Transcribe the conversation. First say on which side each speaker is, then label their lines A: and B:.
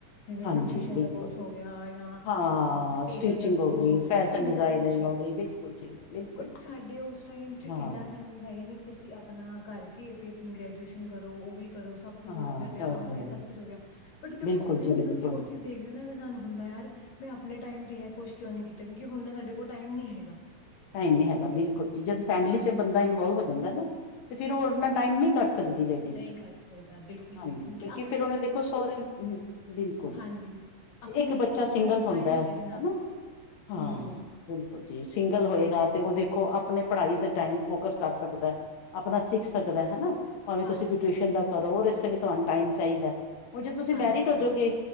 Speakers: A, on the left; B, on the left.
A: ਜਿਵੇਂ
B: ਹਾਂਜੀ
A: ਬਿਊਟਿਸ਼ਨ
B: ਬਿਲਕੁਲ
A: ਦਾ ਕੋਰਸ ਹੋ ਗਿਆ ਯਾਂ
B: ਹਾਂ
A: ਅਪਨਾ ਟੇਲਰ
B: ਸਟਿਚਿੰਗ
A: ਦਾ ਕੋਰਸ
B: ਗਈ
A: ਹੋ
B: ਫੈਸ਼ਨ
A: ਗਿਆ ਕਿੰਨਾ
B: ਡਿਜ਼ਾਇਨਿੰਗ
A: ਕੁਛ ਏ।
B: ਹੋ ਗਈ ਬਿਲਕੁਲ ਜੀ ਬਿਲਕੁਲ
A: ਬਟ ਸਾਡੇ ਓਸ ਟਾਈਮ ਚ
B: ਹਾਂ
A: ਇੰਨਾ ਸਾਨੂੰ ਹੈ ਈ ਨੀ ਸੀ ਅਸੀਂ ਅ ਪਨਾ ਕਰਕੇ ਅੱਗੇ ਅਪਨੀ ਗ੍ਰੈਜੂਏਸ਼ਨ ਕਰੋ ਓ ਵੀ ਕਰੋ ਸਬ ਕੁਛ ਕਰੋ
B: ਹਾਂ
A: ਫਿਰ ਵਿਆਹ
B: ਕਰਲੋ
A: ਹੋ ਗਿਆ ਸਬ ਕੁਛ ਹੋ ਗਿਆ ਬਟ ਦੇਖੋ
B: ਬਿਲਕੁਲ
A: ਫਿਰ
B: ਜੀ
A: ਜਦੋਂ
B: ਬਿਲਕੁਲ
A: ਅਸੀਂ ਓ ਚੀਜ਼ ਹੈਨਾ ਅਗਰ ਸਾਨੂੰ ਹੁੰਦਾ ਐ ਯਾਰ ਮੈਂ ਅਪਨੇ ਟਾਈਮ ਤੇ ਐ ਕੁਛ ਕਿਉਂ ਨੀ ਕੀਤਾ ਕਿਉਂਕਿ ਹੁਨ ਦਾ ਸਾਡੇ ਕੋਲ ਟਾਈਮ ਨੀ ਹੈਗਾ।
B: ਟਾਈਮ ਨੀ ਹੈਗਾ ਬਿਲਕੁਲ ਜੀ, ਜਦ ਫੈਮਲੀ ਚ ਬੰਦਾ ਇਨਵੋਲਵ ਹੋ ਜਾਂਦਾ ਨਾ ਤੇ ਫਿਰ ਓ ਅਪਨਾ ਟਾਈਮ ਨੀ ਕੱਢ ਸਕਦੀ ਲੇਡੀਜ਼
A: ਨਹੀਂ ਕੱਢ ਸਕਦਾ ਬਿਲਕੁਲ
B: ਹਾਂਜੀ
A: ਵੀ ਨਹੀਂ
B: ਕਿਉਂਕਿ
A: ਆਪਣੇ
B: ਫਿਰ ਓਨਾ ਦੇਖੋ ਸੌਰੇ ਬਿਲਕੁਲ
A: ਹਾਂਜੀ ਆਪਣੇ
B: ਇੱਕ
A: ਲਈ
B: ਬੱਚਾ
A: ਉਸ
B: ਸਿੰਗਲ
A: ਟਾਈਮ ਟਾਈਮ
B: ਹੁੰਦਾ ਹੈਨਾ,
A: ਕੱਢਣਾ
B: ਹਾਂ।
A: ਹਮ
B: ਬਿਲਕੁਲ ਜੀ ਸਿੰਗਲ ਹੋਏਗਾ ਤੇ ਓ ਦੇਖੋ ਅਪਨੇ ਪੜਾਈ ਦੇ ਟਾਈਮ ਫੋਕਸ ਕਰ ਸਕਦੈ ਅਪਨਾ ਸਿੱਖ ਸਕਦੈ ਹੈਨਾ ਭਾਵੇਂ
A: ਹਾਂਜੀ
B: ਤੁਸੀਂ ਬਉਟਿਊਸ਼ਨ
A: ਹਾਂਜੀ
B: ਦਾ ਕਰੋ ਓਰ ਇਸੇ ਵਿੱ ਤੁਆਨੂੰ ਟਾਈਮ ਚਾਈਦਾ, ਹੁਣ ਜੇ ਤੁਸੀਂ
A: ਹਾਂਜੀ
B: ਮੈਰਿਡ
A: ਹਾਂਜੀ
B: ਹੋਜੋਗੇ